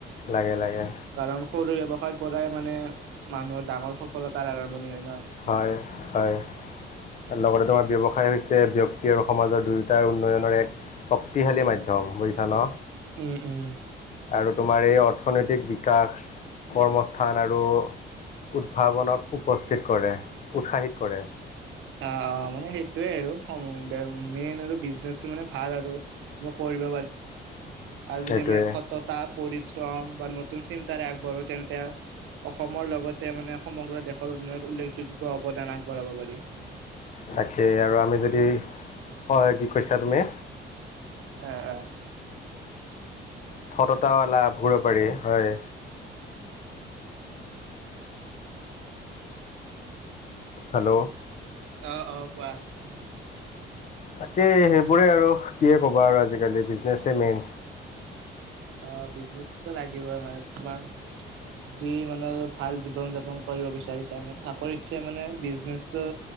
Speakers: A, on the left (about 40°); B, on the right (about 80°).
A: লাগে লাগে
B: কাৰণ সৰু এ পৰাই মানে মানুহৰ ডাঙৰ সফলতাৰ আৰম্ভণি হয়। ন।
A: হয় হয় লগতে, তোমাৰ ব্যৱসায় হৈছে ব্যক্ত আৰু সমাজৰ দুয়োটাৰ উন্নয়নৰ এক শক্তিশালী মাধ্যম বুজিছা ন'।
B: উম, উম।
A: আৰু তোমাৰ এই অৰ্থনৈতিক বিকাশ কৰ্মস্থান আৰু উদ্ভাৱনক উপস্থিত কৰে উৎসাহিত কৰে।
B: অ', অ', মানে সেইটোয়ে আৰু মেইন আৰু বিজনেচটো মানে ভাল আৰু কৰিব আৰু
A: সেইটোৱে
B: যদি আমি সততা পৰিশ্ৰম বা নতুন চিন্তাৰে আগবাঢ়ো তেন্তে অসমৰ লগতে মানে সমগ্ৰ দেশৰ উন্নয়নত উল্লেখযোগ্য। অৱদান আগবঢ়াব পাৰি।
A: তাকেই আৰু আমি যদি, হয় কি কৈছা তুমি?
B: আহ, আহ।
A: সততা লাভ কৰিব পাৰি হয়। হেল্ল'।
B: অ <inaudible>
A: তাকেই সেইবোৰেই আৰু কিয়ে ক'বা আৰু আজিকালি বিজনেছেই মেইন।
B: অ', বিজনেচো লাগিবই মানে তোমাৰ যদি মানে ভাল জীৱন যাপন কৰে বিছা চাকৰিত মানে বিনেটো